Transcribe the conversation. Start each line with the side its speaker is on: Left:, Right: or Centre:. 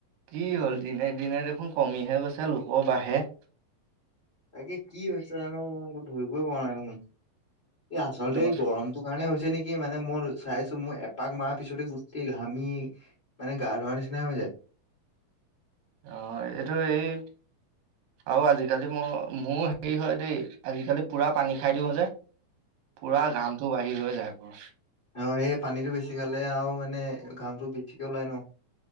Right: কি হ'ল, দিনে দিনে দেখোন কমিহে গৈছে, লোকৰ বাঢ়ে!
Left: তাকে কি হৈছে জানো, একো ধৰিবই পৰা নাই দেখোন, এই আচলতে
Right: দহ
Left: এই গৰম সেইটো কাৰণে হৈছে নেকি, মানে মোৰ চাইছোঁ, মোৰ এপাক মাৰা পিছতে গোটেই ঘামি মানে গা ধোৱাৰ নিচিনা হৈ যায়।
Right: অ', এইটো এই আৰু আজিকালি মই-মোৰ হেৰি হয় দেই, আজিকালি পুৰা পানী খাই দিওঁ যে। পুৰা ঘামটো বাহিৰ হৈ যায়। <inaudible>
Left: অ', সেই পানীটো বেছি খালে আও মানে ঘামটো বেছিকে ওলাই ন'?